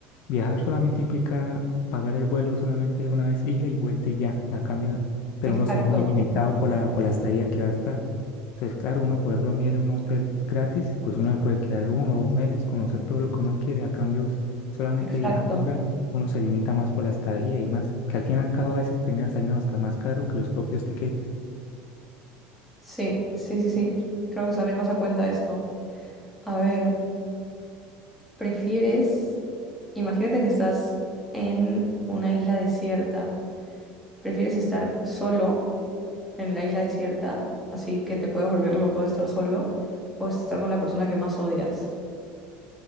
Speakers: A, on the left (about 55°); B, in the centre.
A: viajar solamente implica pagar el vuelo solamente una vez ida y vuelta y ya. A cambio, pero
B: Exacto,
A: uno se ve muy limitado por la, por la estadía que va a estar. Entonces, claro, uno poder dormir en un hotel gratis, pues uno se puede quedar uno o dos meses, conocer todo lo que uno quiere. A cambio, s- solamente
B: exacto.
A: viajando gratis, uno se limita más por la estadía y más, que al fin y al cabo a veces termina saliendo hasta más caro que los propios tiquetes.
B: Sí, sí, sí, sí. Creo que sale más a cuenta esto. A ver, ¿prefieres, imagínate que estás en una isla desierta, ¿prefieres estar solo en la isla desierta, así que te puedes volver loco de estar solo, o estar con la persona que más odias?